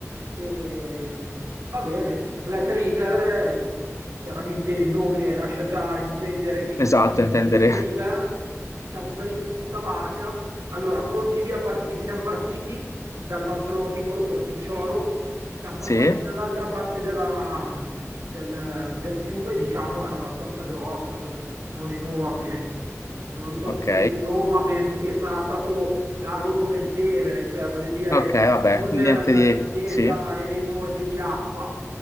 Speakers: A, on the right (about 75°); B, on the left (about 70°).
A: E, va bene, Black River, eh, chiaramente il nome lascia già intendere che cos'è
B: esatto,
A: il
B: intendere
A: Black River. Eh, Siamo saliti su sta barca. Allora, pronti via, parti- siamo partiti dal nostro piccolo porticciolo, siamo passati
B: <laughs> sì,
A: dall'altra parte della, mh, del, del fiume, diciamo, era abbastanza grosso, non, non enorme. Mh, Non lo so,
B: ok,
A: tu sei di Roma, penso che sarà stato largo come il Tevere, cioè voglio dire,
B: ok, vabbè,
A: non
B: niente
A: una
B: di
A: distesa
B: sì,
A: e- enorme di acqua.